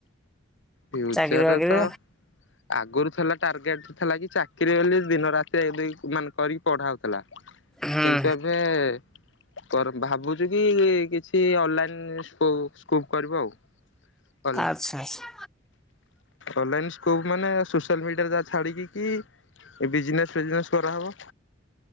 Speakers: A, on the left; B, in the centre.
A: ଫ୍ୟୁଚରରେ,
B: ଚାକିରି ବାକିରି
A: ତ ଆଗରୁ ଥିଲା ଟାର୍ଗେଟ ଥିଲା କି ଚାକିରି ବୋଲି ଦିନ ରାତି ଏକ, ଦୁଇ, ମାନେ କରିକି ପଢା ହଉଥିଲା। କିନ୍ତୁ,
B: ହୁଁ
A: ଏବେ ଭାବୁଛୁ କି କିଛି ଅନଲାଇନ ସ୍କୁ ସ୍କୁବ କରିବୁ ଆଉ। ଅନ
B: ଆଚ୍ଛା ଆଚ୍ଛା
A: ଅନଲାଇନ ସ୍କୁବ ମାନେ ସୋସିଆଲ ମିଡିଆରେ ଯାହା ଛାଡିକି ଏ ବିଜନେସ ଫିଜନେସ୍ କରାହବ।